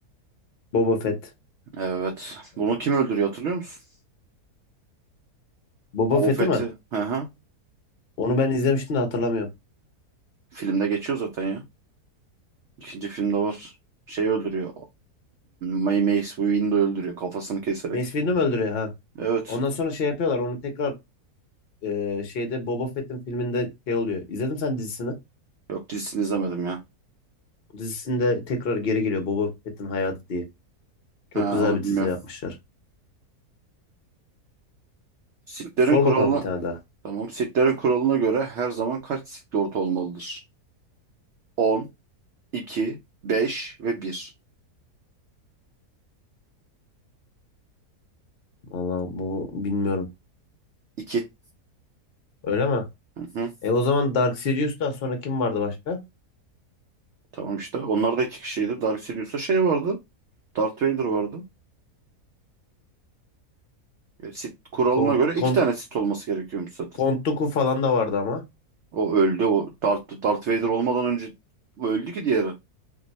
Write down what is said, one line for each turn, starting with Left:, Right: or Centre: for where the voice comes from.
Left: Boba Fett.
Right: Evet.
Left: Evet.
Right: Bunu kim öldürüyor hatırlıyor musun?
Left: Boba
Right: Boba
Left: Fett'i
Right: Fett'i.
Left: mi?
Right: Hı hı.
Left: Onu ben izlemiştim de hatırlamıyorum.
Right: Filmde geçiyor zaten ya. İkinci filmde var. Şey öldürüyor. May Mace Windu öldürüyor kafasını keserek.
Left: Mace Windu mu öldürüyor ha?
Right: Evet.
Left: Ondan sonra şey yapıyorlar onu tekrar e, şeyde Boba Fett'in filminde şey oluyor. İzledin sen dizisini?
Right: Yok dizisini izlemedim ya.
Left: Dizisinde tekrar geri geliyor Boba Fett'in hayatı diye. Çok
Right: Ha
Left: güzel
Right: onu
Left: bir dizi
Right: bilmiyorum.
Left: yapmışlar.
Right: Sith'lerin
Left: Sor
Right: kuralına
Left: bakalım bir tane daha.
Right: tamam. Sith'lerin kuralına göre her zaman kaç Sith Lord olmalıdır? 10, 2, 5 ve bir.
Left: Valla bu bilmiyorum.
Right: İki.
Left: Öyle mi?
Right: Hı hı.
Left: E o zaman Dark Sidious'tan sonra kim vardı başka?
Right: Tamam işte. Onlar da iki kişiydi. Dark Sidious'ta şey vardı. Darth Vader vardı. E, Sith kuralına
Left: Kont,
Right: göre iki
Left: Kont,
Right: tane Sith olması gerekiyormuş zaten.
Left: Count Dooku falan da vardı ama.
Right: O öldü. O Darth, Darth Vader olmadan önce o öldü ki diğeri.